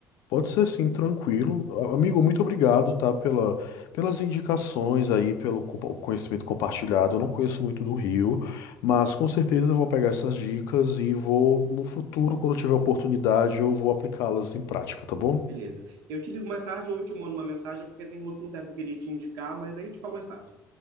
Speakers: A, on the left; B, on the right.
A: Pode ser sim, tranquilo. A- Amigo, muito obrigado, tá, pela, pelas indicações aí, pelo compa- conhecimento compartilhado. Eu não conheço muito do Rio, mas com certeza eu vou pegar essas dicas e vou, no futuro, quando eu tiver oportunidade, eu vou aplicá-las em prática, tá bom?
B: Beleza. Eu te ligo mais tarde ou eu te mando uma mensagem, porque tem outro lugar que eu queria te indicar, mas aí eu te falo mais tarde.